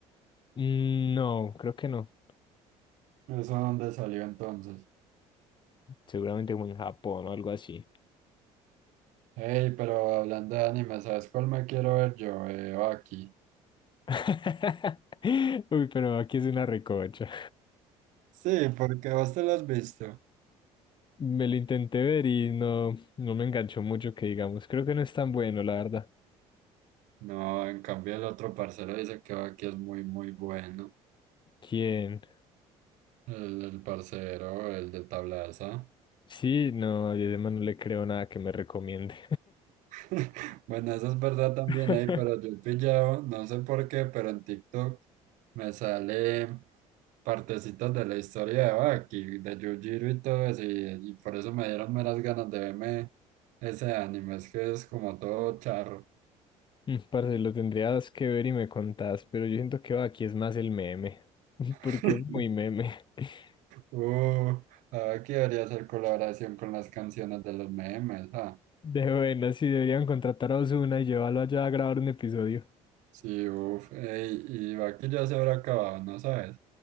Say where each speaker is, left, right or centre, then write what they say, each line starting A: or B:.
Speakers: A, on the left; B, on the right.
A: No, creo que no.
B: Eso donde salió entonces.
A: Seguramente como en Japón o algo así.
B: Hey, pero hablando de anime, ¿sabes cuál me quiero ver yo? Eh, aquí.
A: <laughs> Uy, pero aquí es una recocha.
B: Sí, porque vos te lo has visto.
A: Me lo intenté ver y no, no me enganchó mucho que digamos. Creo que no es tan bueno, la verdad.
B: No, en cambio el otro parcero dice que aquí es muy, muy bueno.
A: ¿Quién?
B: El, el parcero, el de Tablaza.
A: Sí, no, yo además no le creo nada que me recomiende.
B: <laughs> Bueno, eso es verdad también
A: <laughs>
B: ahí, pero yo he pillado, no sé por qué, pero en TikTok me sale partecitas de la historia de Baki, de Yujiro y todo eso, y, y por eso me dieron meras ganas de verme ese anime, es que es como todo charro.
A: Mm, Parce, lo tendrías que ver y me contás, pero yo siento que va, aquí es más el meme, <laughs>
B: <laughs>
A: porque es muy meme. <laughs>
B: Uh, ah, aquí debería hacer colaboración con las canciones de los memes, ¿ah?
A: De buena, si deberían contratar a Ozuna y llevarlo allá a grabar un episodio.
B: Sí, uff, ey, y va que ya se habrá acabado, ¿no sabes?